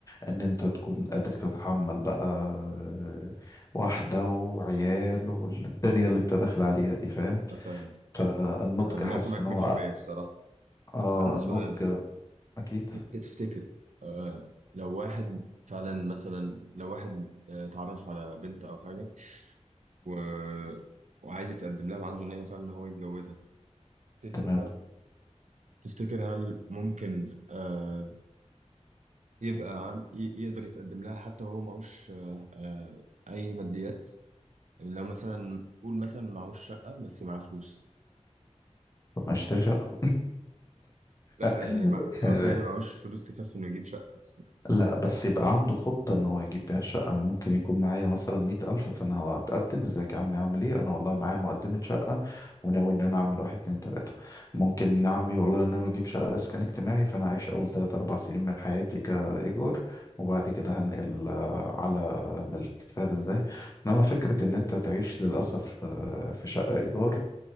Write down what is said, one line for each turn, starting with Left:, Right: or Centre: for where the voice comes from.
Left: إن أنت تكون قادر تتحمل بقى آه، واحدة وعيال والدنيا اللي أنت داخل عليها دي فاهم
Right: أنا فاهم
Left: فالنضج
Right: أنا أنا
Left: حاسس
Right: موافق معاك
Left: إن هو
Right: 100% الصراحة
Left: آه
Right: بس عندي
Left: النضج
Right: سؤال
Left: أكيد
Right: انت تفتكر آه لو واحد فعلا مثلا لو واحد آه، اتعرف على بنت او حاجه و... وعايز يتقدم لها وعنده نيه فعلا ان هو يتجوزها تفتكر
Left: تمام
Right: هل تفتكر هل ممكن آه يبقى عن... ي- يقدر يتقدم لها حتى هو معهوش آه آه اي ماديات لو مثلا قول مثلا معهوش شقه بس معاه فلوس
Left: طب ما يشتري شقة
Right: لا
Left: <laughs>
Right: يعني مع- قصدي يعني معهوش فلوس تكفي انه يجيب شقه بس
Left: لا بس يبقى عنده خطة ان هو يجيب بيها شقة انا ممكن يكون معايا مثلا مية الف فانا هتقدم ازيك يا عمي عامل ايه انا والله معايا مقدمة شقة وناوي ان انا اعمل واحد اتنين تلاتة ممكن عمي والله انا ناوي اجيب شقة اسكان اجتماعي فانا عايش اول تلات اربع سنين من حياتي كايجار وبعد كده هنقل آه، على ملك فاهم ازاي انما فكرة ان انت تعيش للأسف آه، في شقة ايجار